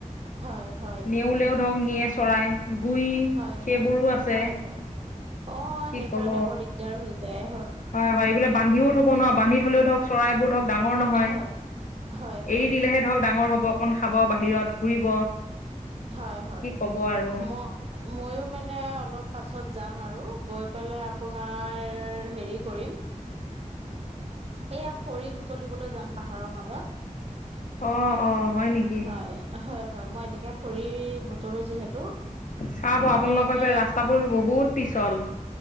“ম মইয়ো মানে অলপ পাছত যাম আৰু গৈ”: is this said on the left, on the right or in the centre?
Right